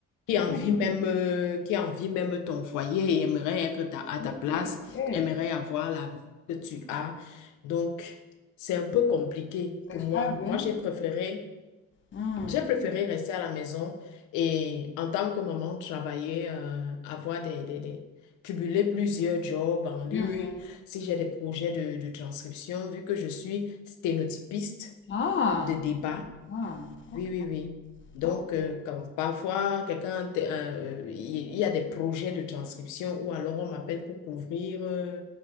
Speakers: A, on the left (about 85°); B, on the left (about 40°).
A: qui envie
B: Ouais.
A: même, euh, qui envie même ton foyer et aimerait être ta- à
B: Oui,
A: ta place,
B: oui,
A: aimerait avoir la vie que tu as. Donc, c'est un peu compliqué pour
B: c'est
A: moi.
B: grave, hein?
A: Moi, j'ai préféré,
B: Hmm.
A: j'ai préféré rester à la maison et en tant que maman, travailler, euh, avoir des, des, des- cumuler plusieurs jobs en ligne,
B: Oui, oui.
A: si j'ai des projets de, de transcription, vu que je suis sténotypiste
B: Ah,
A: de débat.
B: wow. Ok.
A: Oui, oui, oui. Donc,
B: ok.
A: euh, quand parfois, quelqu'un, t- un, euh, il il y a des projets de transcription ou alors on m'appelle pour couvrir euh,